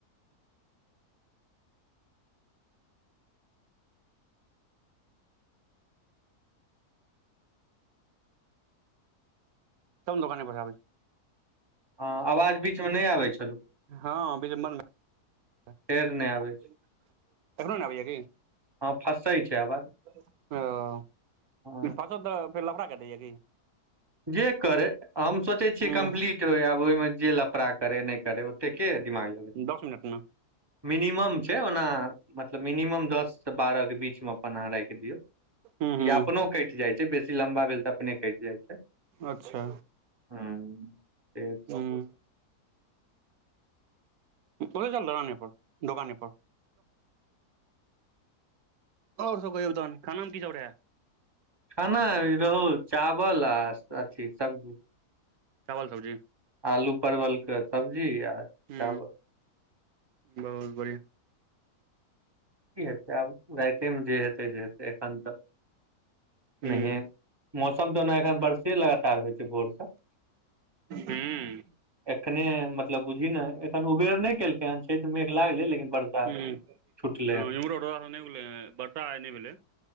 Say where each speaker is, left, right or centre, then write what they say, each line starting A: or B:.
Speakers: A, on the right (about 70°); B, on the right (about 15°).
A: चल दोकान पर स आबै छी
B: ह आवाज बीच मे नय आबै छलो
A: हँ बिच में बं <inaudible>
B: फेर नहि आबै छै
A: कखनो ने आबैय की
B: हँ फँसै
A: <inaudible> <unintelligible>
B: छै आवाज हँ
A: फसत तऽ फेर लफड़ा के दैए की
B: जे करै हम सोचै
A: हूँ
B: छियै कम्प्लीट हो आब ओइमे जे लफड़ा करै नय करै ओते के दिमाग लगै
A: पांच मिनट न
B: मिनिमम छै ओना मतलब मिनिमम दससँ बारह के बीच मे अपन अहाँ रैख दियौ
A: हूँ हूँ
B: या अपनो कैट जाइत छै बेसी लम्बा भेल तऽ अपने कैट जाइ छै
A: अच्छा
B: हँ से छै
A: हूँ <unintelligible> चलै चल दलाने पर दोकाने पर ओर सब कहियो तहन खाना मे की सब रहा
B: खाना रहु चावल आ अथी सब्जी
A: चावल सब्जी
B: आलू परवल के सब्जी आ चावल
A: हू बहुत बढ़िआँ
B: क हेत आब राति मे जे हेतै जे हेै एखन तऽ
A: हूँ
B: नहिए मौसम तऽ ओना एखन बारसे लगातार होइ छै बोरस
A: हूँ
B: एकखने मतलब बुझली ने एखन उबेर नहि केलकै हन छठ मेघ लागलै लेकिन बरसा
A: हम्म
B: छुटलै हन
A: इमहरो रौदा सेव नै उगले ह बर्षा आई नय भेलै